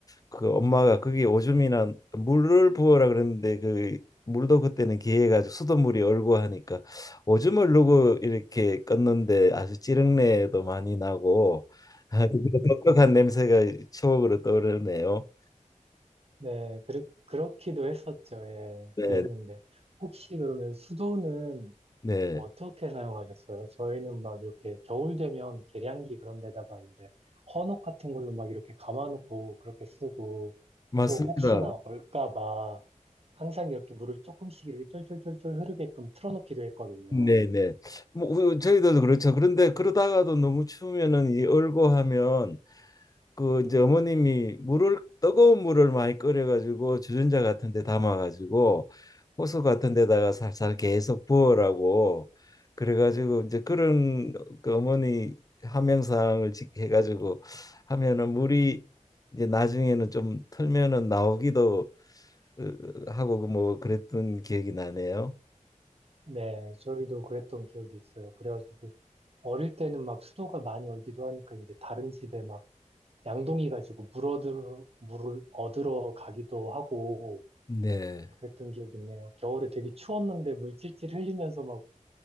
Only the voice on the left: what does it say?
그 엄마가 거기 오줌이나 물을 부어라 그랬는데 그 물도 그때는 기해가지고 수돗물이 얼고 하니까 오줌을 누고 이렇게 껐는데 아주 찌릉내도 많이 나고 <laughs> 아주 그 독특한 냄새가 추억으로 떠오르네요.
네,
네,
맞습니다.
네, 네. 뭐 우- 저희도 그렇죠. 그런데 그러다가도 너무 추우면은 이 얼고 하면 그 이제 어머님이 물을 뜨거운 물을 많이 끓여가지고 주전자 같은 데 담아가지고 호수 같은 데다가 살살 계속 부어라고 그래가지고 이제 그런 그 어머니 함양상을 지- 해가지고 하면은 물이 이제 나중에는 좀 틀면은 나오기도 어, 하고 그뭐 그랬던 기억이 나네요.
네.